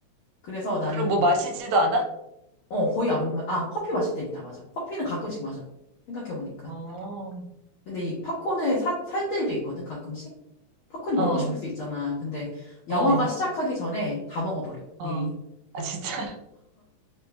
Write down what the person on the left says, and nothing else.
그래서 나는,
어, 거의 안, 마- 아, 커피 마실 때 있다. 맞아. 커피는 가끔씩 마셔. 생각해보니까.
근데 이 팝콘을 사, 살 때도 있거든, 가끔씩. 팝콘이
먹고 싶을 수 있잖아. 근데 영화가
시작하기 전에 다 먹어버려, 미리.